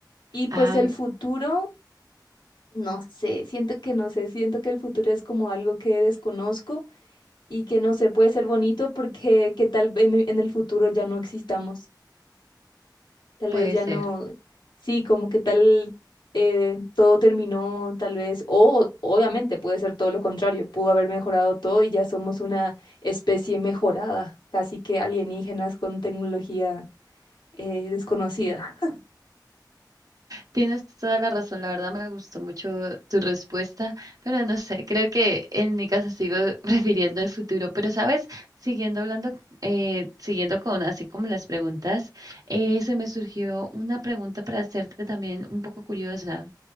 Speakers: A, on the left (about 80°); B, on the right (about 55°).
A: Y pues
B: ay,
A: el futuro, no sé, siento que no sé, siento que el futuro es como algo que desconozco y que no sé, puede ser bonito porque que tal vez en el futuro ya no existamos. Tal
B: puede
A: vez ya
B: ser.
A: no, sí, como que tal eh, todo terminó, tal vez, o o- obviamente puede ser todo lo contrario, pudo haber mejorado todo y ya somos una especie mejorada, casi que alienígenas con tecnología eh, desconocida.
B: Tienes toda la razón, la verdad me gustó mucho tu respuesta, pero no sé, creo que en mi caso sigo <laughs> refiriendo al futuro, pero sabes, siguiendo hablando, eh, siguiendo con así como las preguntas, eh, se me surgió una pregunta para hacerte también un poco curiosa.